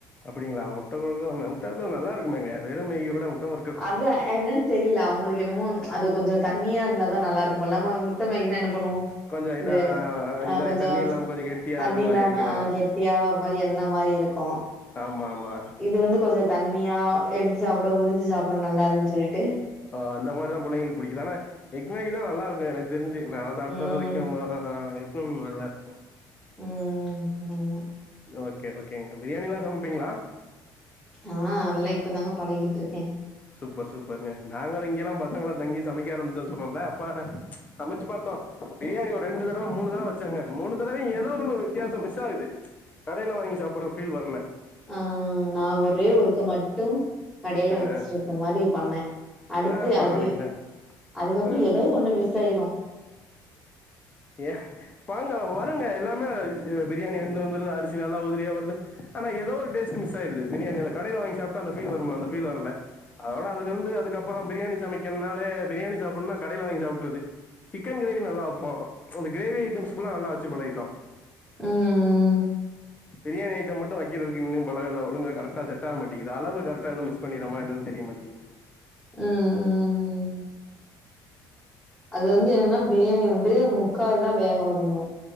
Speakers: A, on the left (about 20°); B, in the centre.
A: அப்படிங்களா முட்ட குடுக்கற முட்டைக்கு நல்லா இருக்குமேங்க வெறு மேகியோட முட்ட ஒரு
B: அதுதா என்னன் தெரியல அவுங்குளுக்கு என்னமோ அது கொஞ்சோ தண்ணியாருந்தாதா நல்லாருக்கும் போல நம்மோ முட்ட மேகின்னா என்ன பண்ணுவோ
A: கொஞ்சோ இதா
B: இது அ
A: இதா
B: கொஞ்சோ
A: தண்ணி இல்லாம கொஞ்சோ கெட்டியா
B: தண்ணியில்லாம
A: அது மாரி ஆக்கிடு
B: அ கெட்டியா ஒரு மாரி எண்ணெ மாரி இருக்கு
A: ஆமாமா
B: இது வந்து கொஞ்சோ தண்ணியா எடுத்து சாப்புட உறிஞ்சு சாப்புட நல்லாருக்கு சொல்லிட்டு
A: ஒ அந்த மாதிரிதா புள்ளைங்களுக்கு புடிக்கிது ஆனா எக்மேகிதா நல்லாருக்கு எனக்கு தெரிஞ்சி நா அத சாப்ட்ட
B: ம்
A: வரைக்கு ம <unintelligible> எக்நூடுல் நல்லாருக்கும்
B: ம் ஆமா
A: ஓகே ஓகேங்க பிரியாணிலா சமைப்பீங்ளா
B: அ அதல்லா இப்பதாங்க பழகிட்ருக்கே
A: சூப்பர் சூப்பர்ங்க நாங்கள இங்கலா பசங்களா தங்கி சமைக்க ஆரம்பிச்சோ சொன்னல்ல அப்பற சமைச்சு பாத்தோ பிரியாணி ஒரு ரெண்டு தடவ மூணு தடவ வச்சங்க மூணு தடவையு ஏதோ ஒண்ணு வித்தியாசோ மிஸ்ஸாகுது கடையில வாங்கி சாப்புட்ற ஃபீல் வர்ல
B: அ நா ஒரே ஒருக்கு மட்டு கடையில
A: ஆ
B: வச்சிருக்க
A: ஆ
B: மாரி பண்ணே அடுத்து
A: ஆ பரவாயில்லைங்க
B: அதி
A: சார்
B: அதுக்கப்பறோ
A: ஆ
B: எதோ ஒண்ணு மிஸ்ஸாயிரு
A: ஏ பாங்க வறுங்க எல்லாமே பிரியாணி வெந்து வந்துருது அரிசி சி நல்லா உதிரியா வருது ஆனா ஏதோ ஒரு டேஸ்ட் மிஸ்ஸாயிருது பிரியாணி அந்த கடையில வாங்கி சாப்ட்டா அந்த ஃபீல் வரும்ல அந்த ஃபீல் வரல அதோட அதுலருந்து அதுக்கப்பற பிரியாணி சமைக்கன்னாலே பிரியாணி சாப்புன்னா கடையில வாங்கி சாப்புட்றது சிக்கன் கிரேவி நல்லா வப்போ அந்த கிரேவி ஐட்டம்ஸ் புல்லா நல்லா வச்சி பழகிட்டோ
B: ம்
A: பிரியாணி ஐட்டம் மட்டு வக்கிறதுக்கு இன்னு பழகல ஒழுங்கா கரட்டா செட்டாவ மாட்டேங்குது அளவு கரட்டா எதுவு மிஸ் பண்ணிறமா என்னன் தெரிய மாட் டிகுது
B: ம் ம் ம் அது வந்து என்னன்னா வந்து பிரியாணி வந்து முக்காதுதா வேகவுடணு